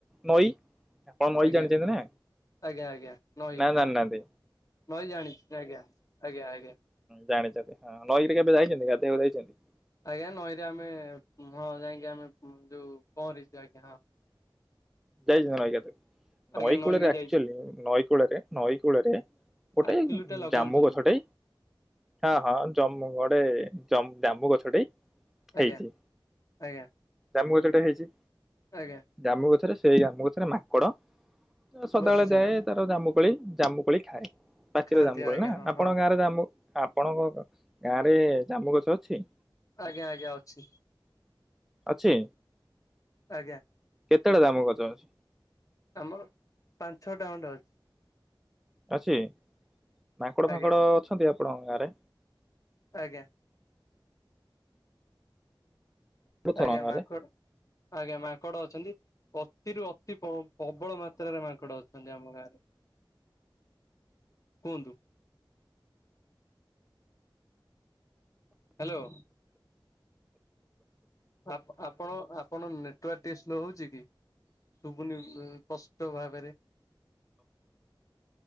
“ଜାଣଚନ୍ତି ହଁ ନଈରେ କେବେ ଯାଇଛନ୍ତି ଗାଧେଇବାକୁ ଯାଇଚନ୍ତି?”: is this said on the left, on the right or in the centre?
Centre